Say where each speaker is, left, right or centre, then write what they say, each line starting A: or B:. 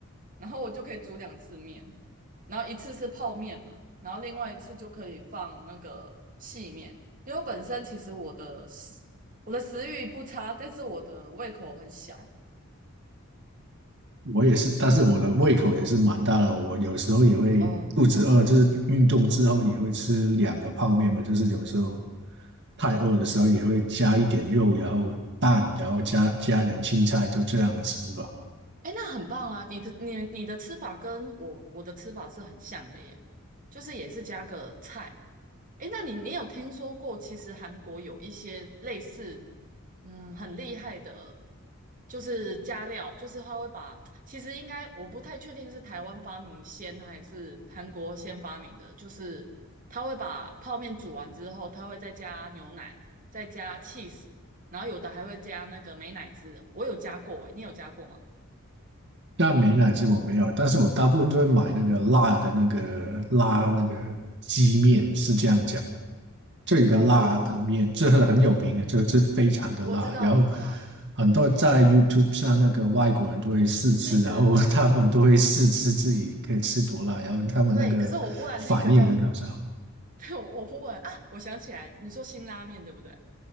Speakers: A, on the right; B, on the right.
A: 然后我就可以煮两次面，然后一次是泡面嘛，然后另外一次就可以放那个细面，因为我本身其实我的食我的食欲不差，但是我的胃口很小，
B: 我也是，但是我的胃口也是蛮大的，我有时候也会肚子饿，
A: 哦，
B: 就是运动之后也会吃两个泡面嘛，就是有时候太饿的时候也会加一点肉，然后蛋，然后加加点青菜，就这样吃吧。
A: 哎，那很棒啊！你的你你的吃法跟我我的吃法是很像的耶，就是也是加个菜。哎，那你你有听说过，其实韩国有一些类似，嗯，很厉害的，就是加料，就是他会把，其实应该我不太确定是台湾发明先还是韩国先发明的，就是他会把泡面煮完之后，他会再加牛奶，再加 cheese，然后有的还会加那个美乃滋的。我有加过，哎，你有加过吗？
B: 那美乃滋我没有，但是我大部分都会买那个辣的那个拉那个鸡面，是这样讲。这个辣的面，
A: 哦，
B: 这个很有名的，这个是非常的辣。
A: 我知道，
B: 然后
A: 我知道，
B: 很多在 YouTube 上那个外国人都会试吃，
A: 那个
B: 然后他们都会试吃自己可以吃多辣，然后他们那个反应很搞笑，
A: 对，可是我忽然那个叫，<laughs> 对我我忽然啊，我想起来，你说辛拉面对不对？